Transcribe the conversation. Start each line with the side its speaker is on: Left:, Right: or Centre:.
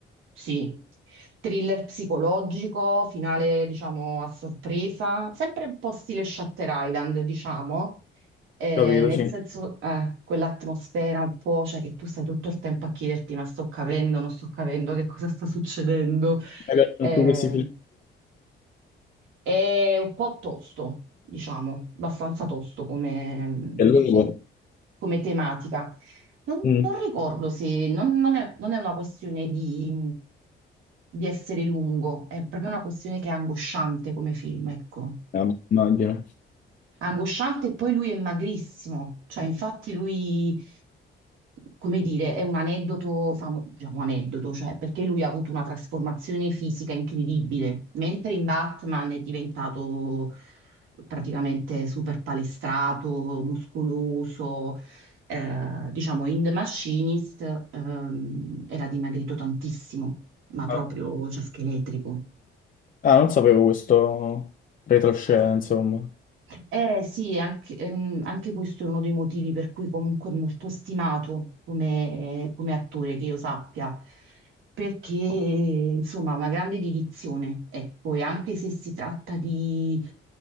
Right: sì, thriller psicologico, finale diciamo a sorpresa, sempre un po' stile Shutter Island, diciamo, eh,
Left: Capito,
Right: nel
Left: sì.
Right: senso
Left: Mi
Right: eh, quell'atmosfera un po', cioè che tu stai tutto il tempo a chiederti ma sto capendo, non sto capendo che cosa sta succedendo.
Left: piacciono
Right: Eh,
Left: più questi film.
Right: è un po' tosto, diciamo, abbastanza tosto come,
Left: È lungo.
Right: come tematica. Non,
Left: Mm.
Right: non ricordo se non, non è, non è una questione di, di essere lungo, è proprio una questione che è angosciante come film, ecco
Left: Ah, immagino.
Right: angosciante e poi lui è magrissimo, cioè infatti lui, come dire, è un aneddoto, famo- diciamo aneddoto, cioè perché lui ha avuto una trasformazione fisica incredibile, mentre in Batman è diventato praticamente super palestrato, muscoloso, eh, diciamo in The Machinist ehm, era dimagrito tantissimo, ma proprio,
Left: Ah,
Right: cioè, scheletrico.
Left: ah, non sapevo questo retroscena, insomma.
Right: Eh sì, anche, ehm, anche questo è uno dei motivi per cui comunque è molto stimato come, come attore, che io sappia, perché insomma ha una grande dedizione, ecco, e anche se si tratta di